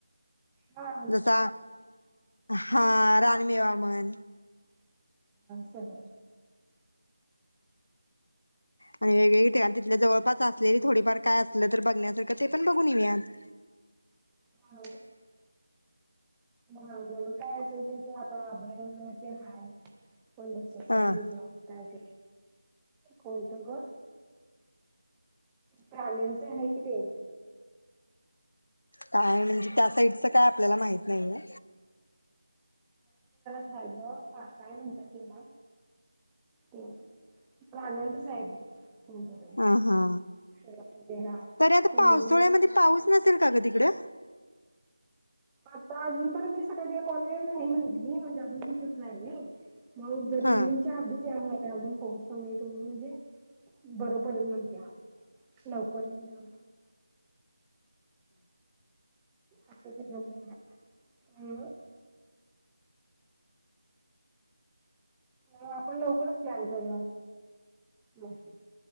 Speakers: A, in the centre; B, on the left (about 80°).
A: <unintelligible> हा
B: जसा हा रानमेवा म्हण
A: सले
B: आणि वेगळी त्या तिथंल्या जवळपास सासलेला थोडीफार काय असल तर बघण्यासारखं ते पण बघून येऊयात.
A: हा ह जवळ काय असेल त्याचे हाताला अभयन ते हाय. पधरस ते
B: हा
A: हेजऊ त्याके कोणत ग प्राण्यांच हाय कि ते.
B: काय म्हणजे त्या साईडच काय आपल्याला माहित नाहीये.
A: झाझ काय म्हणतात तेव्हा ते प्राण्यांचं आहे बघ. कोणतं तरी
B: अ हा,
A: शहरामध्ये हा
B: तर आता
A: ते
B: पावसाोळ्यामध्ये
A: म्हणजे
B: पाऊस नसेल का ग तिकडं?
A: आता अजून तर मी सकाळच्या कॉलेज नायी म्हणली, म्हणजे अजून तिथंच राहिली. मग जरी
B: हा
A: जूनच्या आधीच या बाई. अजून पाऊस पण नाही म्हणजे बरं पडेल म्हणत्या, लवकर येऊन जा. अस सगळं जाईना. अ म आपण लवकरच प्लॅन करु या